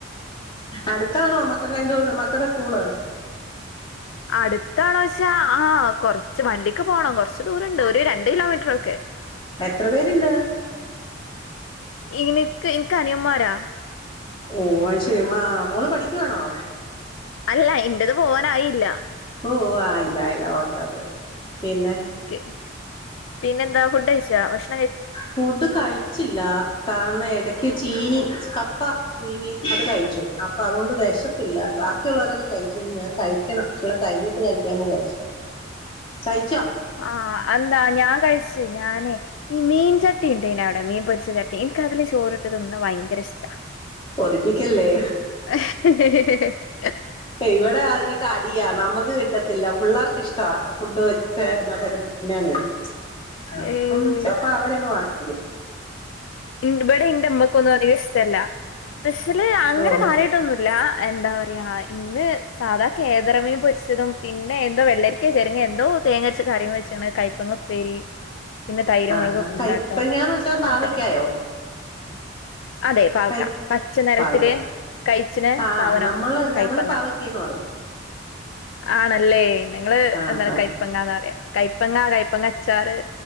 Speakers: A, on the left (about 25°); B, on the left (about 75°).
A: അടുത്താണോ മക്കടെ രണ്ടൂ മക്കടെ സ്കൂള്
B: അടുത്താണോച്ചാ ആ കൊറച്ച് വണ്ടിക്ക് പോണം കൊറച്ച് ദൂരണ്ട് ഒര് രണ്ട് കിലോമീറ്ററൊക്കെ
A: എത്ര പേരുണ്ട്
B: ഇനി ഇന്ക്ക് അനിയന്മാരാ
A: ഓ അയ്ശരി മാ മോള് പഠിക്കുവാണോ
B: അല്ല ഇന്റത് പോവാനായില്ല
A: ഓ ആയില്ല ഇല്ല ഓകെ ഓകെ ഓക്കെ പിന്നെ
B: ക്കെ പിന്നെന്താ ഫുഡ് ഴിച്ചാ ഭക്ഷ
A: ഫുഡ് കഴിച്ചില്ല കാരണം എടക്ക്ച്ച് ചീനി കപ്പ പുഴുങ്ങി അത് കഴിച്ചു അപ്പൊ അതൊണ്ട് വെശപ്പില്ല ബാക്കിയുള്ളോരൊക്കെ കഴിച്ചു ഞാൻ കഴിക്കണം എല്ല കഴിഞ്ഞിട്ട് കഴിക്കാന്ന് വിയാര്ച്ച് കഴി
B: ആ എന്താ ഞാൻ കഴിച്ച് ഞാനേ ഈ മീൻചട്ടി ഇണ്ടെനി അവിടെ മീൻ പൊ രിച്ച ചട്ടി ഇൻക്ക അതില് ചോറിട്ട് തിന്ന്ണ വയ ങ്കര ഇഷ്ട
A: കൊതിപ്പിക്കല്ലേ
B: ഹ് ഹ് ഹ് ഹ്
A: ഇവിടെ അതിനൊക്കെ അടിയാ നമുക്ക് കിട്ടത്തില്ല പിള്ളേർക്ക് ഇഷ്ടാ ഫുഡ് വെച്ച <unintelligible>
B: ഏയ്
A: അപ്പം അപ്പ അവരങ്ങ് വാങ്ങി ഭാഗ്യം
B: ഇവിടെ ഇന്റെ ഇമ്മക്കൊന്നും അധിക ഇഷ്ടല്ല പെഷ്യല് അങ്ങനെ
A: ഓ
B: കാര്യായിട്ടൊന്നുല്ല എന്താ പറയ് ഇന്ന് സാധാ കേദറ മീം പൊരിച്ചതും പിന്നെ എന്തോ വെള്ളരിക്കെ ചെരങ്ങേ എന്തോ തേങ്ങര്ച്ച കറിയും വെച്ച്ണ് കൈപ്പങ്ങ ഉപ്പേരി പിന്നെ തൈര്
A: ആ
B: മൊളക് കൊണ്ടാട്ടം
A: കൈപ്പങ്ങാന്ന് വെച്ചാ
B: അങ്ങൻ
A: പാവയ്ക്കായോ
B: ത്തൊക്കെ അതെ പാവക്ക
A: കൈ
B: പച്ച നിറത്തില്
A: പാവയ്ക്ക
B: കഴിച്ച്ന്
A: ആ
B: സാവനം
A: നമ്മള്
B: കയ്പ്പങ്ങ
A: ഞങ്ങള് പാവയ്ക്കന്ന് പറയും
B: ആണല്ലേ ഞങ്ങള്
A: ആ
B: എന്താണ്
A: ആ
B: കയ്പ്പങ്ങാന്നറി യാ കയ്പ്പങ്ങ കയ്പ്പങ്ങ അച്ചാറ്